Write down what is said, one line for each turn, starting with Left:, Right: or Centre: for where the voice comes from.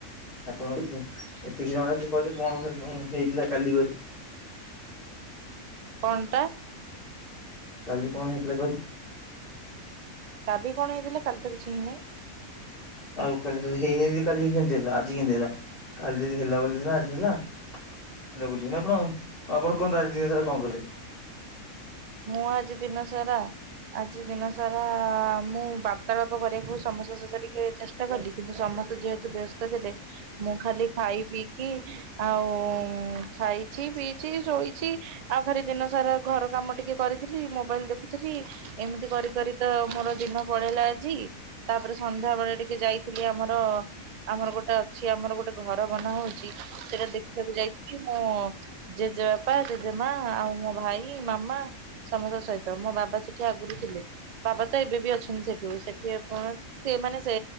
Left: ଆପଣ ଏତିକି ଜଣା ଅଛି କହିଲେ କଣ ହେଇ ଉ ଥିଲା କାଲି କହିଲେ?
Right: କଣ ଟା?
Left: କାଲି କଣ ହେଇଥିଲା କହିଲେ?
Right: କାଦି କଣ ହେଇଥିଲା କାଲି ତ କିଛି ହେଇନାହିଁ।
Left: ଆଉ କାଲି ଯଦି ହେଇନି ଆଜି କେଇନ୍ତି ହେଲା? କାଲି ଯଦି ହେଲା ବୋଲି ନା ଆଜି ହେଲା। ସେଇଟା ବୁଝିବନି ଆପଣ ଆଉ ଆପଣ କଣ <unintelligible> କଣ କିଲଲେ
Right: ମୁଁ ଆଜି ଦିନସାରା ଆଜି ଦିନ ସାରା ମୁଁ ବାର୍ତ୍ତାଳାପ କରିବାକୁ ସମସ୍ତଙ୍କ ଶେଷ ସହ ଚେଷ ଟା କଲି କିନ୍ତୁ ସମସ୍ତେ ଯେହେତୁ ବ୍ୟସ୍ତ ଥିଲେ ମୁଁ ଖାଲି ଖାଇ ପିଇକି ଆଉ ଖାଇଛି ପିଇଛି ଶୋଇଛି ଆଉ ଖାଲି ଦିନ ସାରା ଘର କାମ ଟିକେ ଟିକେ କରିଥିଲି ମୋବାଇଲ ଦେଖୁଥିଲି ଏମିତି କରି କରି ତ ମୋର ଦିନ ପଳେଇଲା ଆଜି। ତାପରେ ସନ୍ଧ୍ୟା ବେଳେ ଟିକେ ଯାଇଥିଲି ଆମର ଆମର ଗୋଟେ ଅଛି ଆମର ଗୋଟେ ଘର ବନା ହଉଛି ସେଇଟା ଦେଖିବାକୁ ଯାଇକି ମୁଁ ଜେଜେବାପା ଜେଜେମା ଆଉ ମୋ ଭାଇ ମାମା। ସମସ୍ତଙ୍କ ସହିତ ମୋ ବାବା ସେଠି ଆଗରୁ ଥିଲେ। ବାବା ତ ଏବେ ବି ଅଛନ୍ତି ସେଠୁ ସେଠିକଣ ସେ ମାନେ ସେ